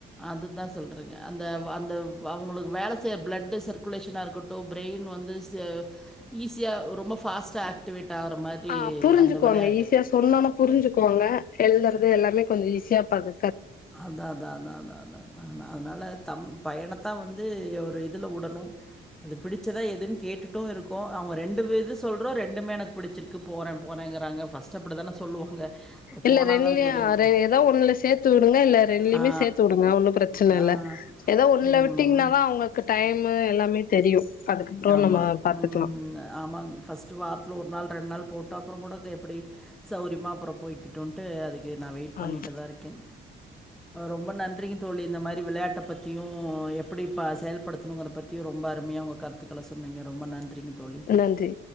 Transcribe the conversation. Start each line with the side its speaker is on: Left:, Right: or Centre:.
Centre: அது தா சொல்றங்க அந்த வ அந்தவ் அவுங்களுக்கு வேல செய்ற பிளட் சர்க்குலேஷனா இருக்கட்டு ப்ரெயின் வந்து செ ஈஸியா ரொம்ப பாஸ்ட்டா ஆக்டிவேட் ஆகற மாரி
Left: ஆ புரிஞ்சுக்குவாங்க
Centre: அந்த வெளையாட்டு
Left: ஈஸியா சொன்னோனே புரிஞ்சுக்குவாங்க எழுதுறது எல்லாமே கொஞ்சோ ஈஸியா பது
Centre: அதா அதா அதா அதா அதா ன அதனால தம் பையனத்தா வந்து ஒரு இதுல வுடணு அது பிடிச்சதா எதுன்னு கேட்டுட்டு இருக்கோ அவுங்க ரெண்டு இது சொல்றா ரெண்டுமே எனக்கு பிடிச்சிருக்கு போறே போறேங்கிறாங்க ஃபர்ஸ்ட் அப்டிதானே சொல்லுவாங்க
Left: இல்ல
Centre: போனாதா
Left: ரெண்டுலயு
Centre: தெரியு
Left: எதோ ஒண்ணுல சேத்து வுடுங்க இல்ல ரெண்டுலயுமே
Centre: ஆ
Left: சேத்து வுடுங்க ஒன்னு பிரச்சன
Centre: ஆ
Left: இல்ல ஏதோ ஒன்ல
Centre: ம்
Left: விட்டீங்கன்னாதா அவுங்க க்கு டைமு எல்லாமே தெரியு அதுக்கப்புறோ
Centre: ஆமா
Left: நம்ம பாத்துக்கலா
Centre: ம் ஆமாங் ஃபஸ்ட் டு வாரத்தில ஒரு நாள் ரெண்டு நாள் போட்ட அப்றோ கூட எப்டி சௌரியமா அப்றோ போய்கிட்டும்ன்ட்டு அதுக்கு நா வெயிட் பண்ணிட்டுதாருக்கேன்
Left: ஆமா
Centre: ரொம்ப நன்றிங்க தோழி இந்த மாரி விளையாட்ட பத்தியு எப்டி ப செயல்படுத்தணுங்கறத பத்தி யு ரொம்ப அருமையா உங்க கருத்துக்கள சொன்னீங்க ரொம்ப நன்றிங்க தோழி
Left: நன்றி